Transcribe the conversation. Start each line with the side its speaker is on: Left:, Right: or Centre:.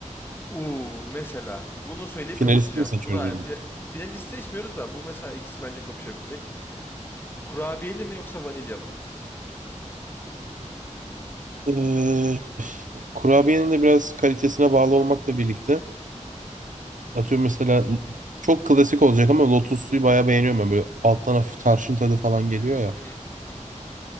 Left: Uuu mesela bunu söyleyip
Right: Finalisti
Left: kapatacağım.
Right: mi seçiyoruz
Left: Buna
Right: burada?
Left: yani fi- finalist seçmiyoruz da bu mesela ikisi bence kapışabilecek. Kurabiyeli mi yoksa vanilyalı mı?
Right: Ee, kurabiyenin de biraz kalitesine bağlı olmakla birlikte Atıyorum mesela çok klasik olacak ama lotus suyu bayağı beğeniyorum ben. Böyle alttan hafif tarçın tadı falan geliyor ya.
Left: Hı hı hı. hı.